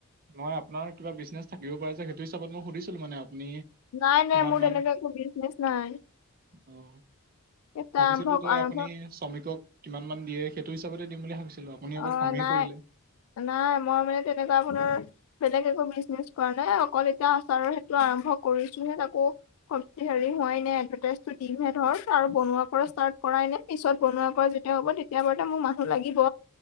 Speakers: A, on the right (about 40°); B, on the left (about 75°).
A: মই আপোনাৰ কিবা বিজনেছ থাকিব পাৰে যে, সেইটো হিচাপত মই সুধিছিলো মান আপুনি,
B: নাই নাই
A: কিমান‌
B: মোৰ তেনেকে
A: মান‌ অ,
B: একো বিজনেচ নাই। এটা
A: ভাবিছিলো
B: আৰম্ভ
A: যে
B: আৰম্ভ
A: আপুনি, শ্ৰমিকক কিমানমান দিয়ে সেইটো হিচাপতে দিম বুলি ভাবিছিলোঁ। আপুনি,
B: অ',
A: আকৌ খঙেই
B: নাই
A: কৰিলে।
B: নাই মই মানে তেনেকুৱা আপোনাৰ। বেলেগ একো বিচ নেচ কৰা নাই। অকল এতিয়া আচাৰৰ সেইটো আৰম্ভ কৰিছোহে তাকো, হেৰি হোৱাই নে এডভাৰটাইজটো দিমহে ধৰ আৰু বনোৱা পৰা ষ্টাৰ্ট কৰাই নে, পিছত বনোৱা কৰা যেতিয়া হ'ব তেতিয়া বাৰতে মোক মানুহ লাগিব।